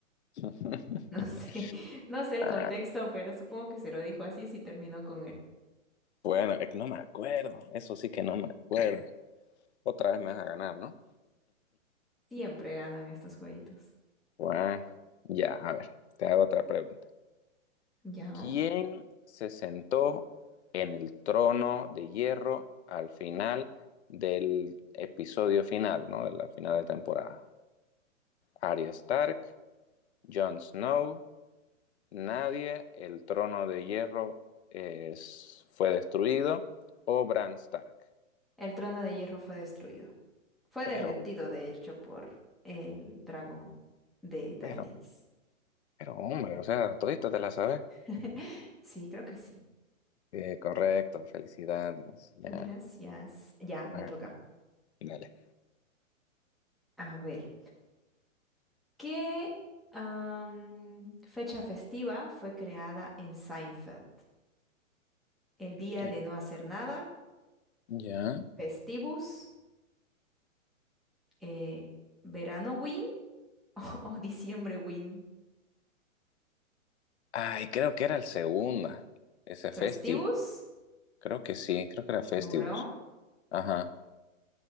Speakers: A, on the left; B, in the centre.
A: <laughs>
B: No sé, <laughs> no sé el
A: Ah,
B: contexto, pero supongo que se lo dijo así si terminó con él.
A: bueno, es que no me acuerdo. Eso sí que no me acuerdo. Otra vez me vas a ganar, ¿no?
B: Siempre gano en estos jueguitos.
A: Bueno, ya, a ver. Te hago otra pregunta.
B: Ya.
A: ¿Quién se sentó en el trono de hierro al final del episodio final, ¿no? De la final de temporada. Arya Stark, Jon Snow, nadie, el trono de hierro es, fue destruido, o Bran Stark.
B: El trono de hierro fue destruido. Fue
A: Pero,
B: derretido, de hecho, por el dragón de Daenerys.
A: pero, pero, hombre, o sea, todita te la sabes.
B: <laughs> Sí, creo que sí.
A: Eh, correcto, felicidades, ya.
B: Gracias. Ya, me
A: Ah,
B: toca.
A: Dale.
B: A ver, ¿qué am, fecha festiva fue creada en Seinfeld? ¿El día
A: ¿Qué?
B: de no hacer nada?
A: Ya.
B: ¿Festivus? Eh, ¿Verano <laughs> O diciembre, Win.
A: Ay, creo que era el segundo, ese festival.
B: Festivus,
A: Creo que sí, creo que era Festivus.
B: seguro.
A: Ajá.